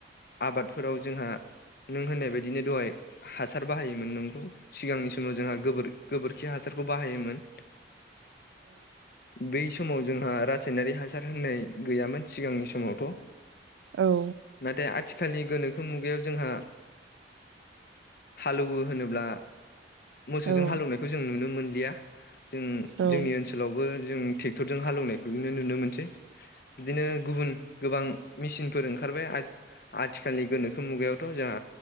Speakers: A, on the left; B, on the right.
A: आबादफोराव जोंहा नों होननाय बायदिनो दहाय हासार बाहायोमोन नंगौ। सिगांनि समाव जोंहा गोबोर- गोबोरखि हासारखौ बाहायोमोन। बेै समाव जोंहा रासायनारि हासार होननाय गैयामोन सिगांनि समाव थ'
B: औ
A: नाथाय आथिखालनि गोनो खो मुगायाव जोंहा हालौवो होनोब्ला मोसौजों
B: औ
A: हालेवनायखौ जों नुनो मोनलिया जों
B: औ
A: जोंनि ओनसोलावबो जों ट्रेक्टरजों हालेवनाय खौनो नुनो मोनसै बिदिनो गुबुन गोबां मेसिनफोर ओंखार ओंखारबाय आथिखालनि गोनोखो मुगायावथ' जोंहा